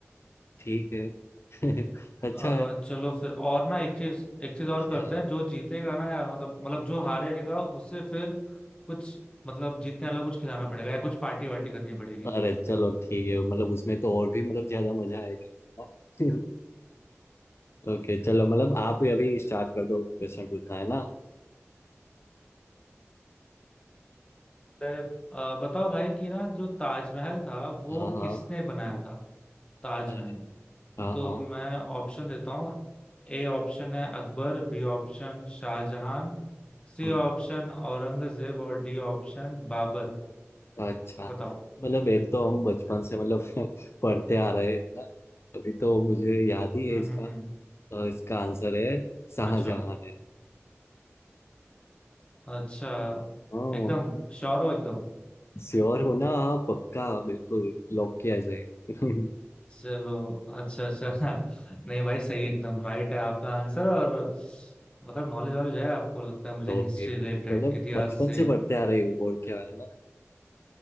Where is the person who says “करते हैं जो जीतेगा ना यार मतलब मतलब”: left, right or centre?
Left